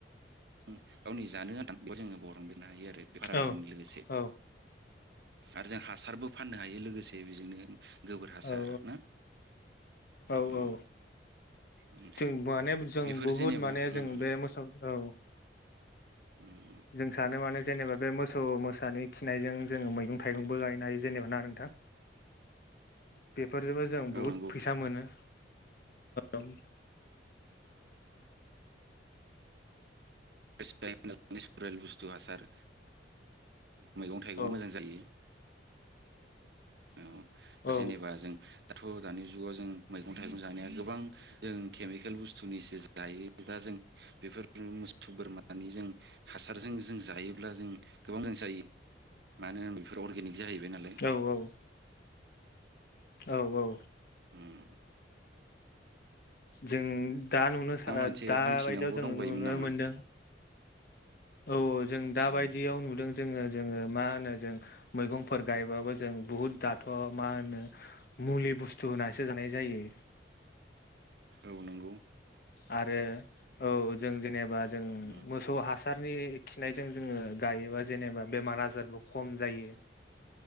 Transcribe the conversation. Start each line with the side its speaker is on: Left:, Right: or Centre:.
Right: ओम‌ गावनि जानो जानो आनथाखौ जोङोबरनबायनो हायो आरो बे फारामजों
Left: औ
Right: लोगोसे
Left: औ
Right: आरो जों हासारबो फाननो हायो लोगोसे बेजोंनो। गोबोर हासार
Left: औ
Right: ना।
Left: औ
Right: उम
Left: औ
Right: उम
Left: जों माने जों
Right: बेफोर
Left: बुहुद
Right: जेनेबा
Left: माने
Right: उम
Left: जों बे मोसौ औ
Right: उम
Left: जों सानो माने जेनेबा बे मोसौ मोसानि खिनायजों जोङो मैगं-थाइगंबो गायनो हायो जेनेबा ना नोंथां? बेफोरजोंबो जों
Right: औ
Left: बहुत
Right: नंगौ
Left: फैसा मोनो ओ <inaudible>
Right: <inaudible> नेचुरेल बुस्थु सार। मैगं-थाइगंआ
Left: औ
Right: मोजां जायो। औ
Left: औ
Right: दा जेनेबा जों दाथ' दानि जुगाव जों मैगं-थाइगं जानाया गोबां जों केमिकेल बुस्थुनिसो जायो। दा जों बेफोर मोसौ, बोरमानि जों हासारजों जों जायोब्ला जों गोबां जों गोबां जायो मानो होना बेफोर अर्गेनिक। जाहैबाय नालाय
Left: औ औ। औ औ।
Right: ओम
Left: जों दा नुनो
Right: मोनसे
Left: दा
Right: बुंथिनांगौ
Left: बायदियाव जोङो
Right: दंबायोमोन
Left: नुनो
Right: नामा
Left: मोनदों। औ जों दााबायदियाव
Right: औ
Left: नुदों। जोङो जोङो मा होनो जों मैगंफोर गायबाबो जों बुहुत दाथ' माहोनो। मुलि बुस्थु होनानैसो जानाय जायो।
Right: औ नंगौ।
Left: आरो औ जों जेनेबा जों
Right: उम
Left: मोसौ हास सारनि खिनायजों जोङो गायोबा जेनेबा बेमार आजारबो खम जायो।